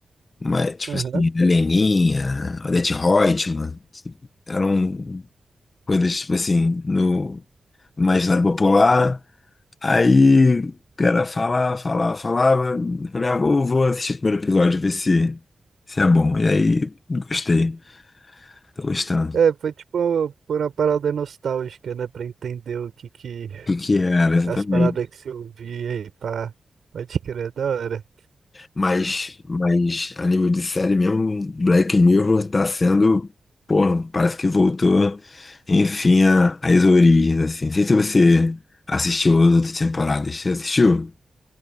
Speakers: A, on the left (about 40°); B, on the right (about 75°).
A: Mas, tipo
B: Aham.
A: assim, Heleninha, Odete Roitman, eram coisas, tipo assim, no imaginário popular. Aí o cara falava, falava, falava. Eu Falei, ah, vou, vou assistir o primeiro episódio, ver se, se é bom. E aí, gostei. Tô gostando.
B: É, foi tipo uma- por uma parada nostálgica, né? Pra entender o que que...
A: O que que era exatamente?
B: As paradas que você ouvia aí, pá. Pode crer, é da hora.
A: Mas, mas a nível de série mesmo, Black Mirror tá sendo, porra, parece que voltou, enfim, a- às origens, assim. Não sei se você assistiu as outras temporadas. Você assistiu?